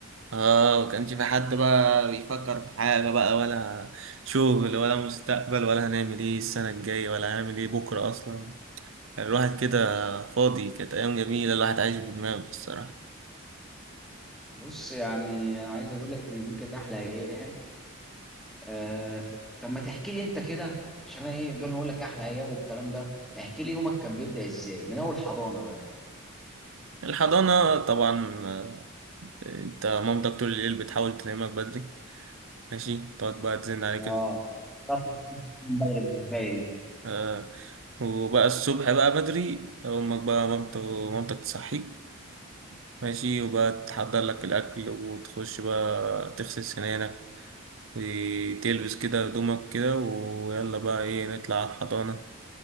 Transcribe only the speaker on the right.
آه مكانش في حد بقى بيفكر في حاجة بقى ولا شغل ولا مستقبل ولا هنعمل إيه السنة الجاية ولا هنعمل إيه بكرة أصلا كان الواحد كده فاضي كانت أيام جميلة الواحد عايش بدماغه الصراحة
الحضانة طبعا آه، أنت مامتك طول الليل بتحاول تنامك بدري ماشي تقعد بقى تزن عليك
آه. وبقى الصبح بقى بدري أمك بقى مامت مامتك تصحيك ماشي وبقى تحضر لك الأكل وتخش بقى تغسل سنانك وتلبس كده هدومك كده ويلا بقى إيه نطلع على الحضانة